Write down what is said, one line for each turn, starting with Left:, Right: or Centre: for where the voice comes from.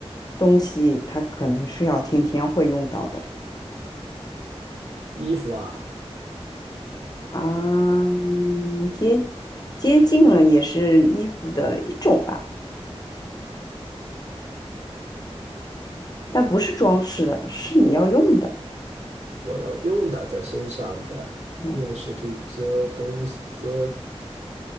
Left: 东西它可能是要天天会用到的
Right: 衣服啊，
Left: 啊，嗯接接近了也是衣服的一种吧，但不是装饰的，是你要用的。
Right: 我要用的在身上的，
Left: 那
Right: 用是可以遮东西遮